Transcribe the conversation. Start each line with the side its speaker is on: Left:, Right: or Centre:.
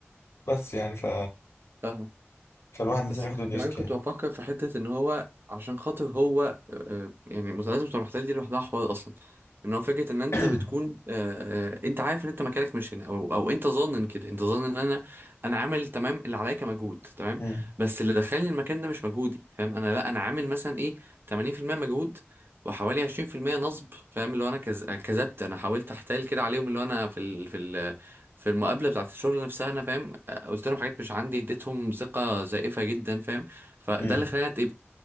Left: بس يعني ف...
Right: فاهمك
Left: فالواحد لازم
Right: بس
Left: ياخد الريسك
Right: كمان كنت
Left: يعني
Right: بفكر في حتة إن هو عشان خاطر هو آه، آه، يعني المسلسلات بتوع المحتل دي لوحدها حوار أصلا إن هو فكرة إن أنت
Left: <coughs>
Right: بتكون آه، آه، أنت عارف إن أنت مكانك مش هنا أو أو أنت ظانن كده أنت ظانن إن أنا أنا عامل تمام اللي عليا كمجهود تمام
Left: <clears throat> مم.
Right: بس اللي دخلني المكان ده مش مجهودي فاهم أنا لأ أنا عامل مثلا إيه 80% مجهود وحوالي 20% نصب فاهم اللي هو أنا كز- كذبت أنا حاولت أحتال كده عليهم اللي هو أنا في ال... في ال... في المقابلة بتاعت الشغل نفسها أنا فاهم قلت لهم حاجات مش عندي اديتهم ثقة زائفة جدا فاهم فده
Left: مم.
Right: اللي خلاني اتقبل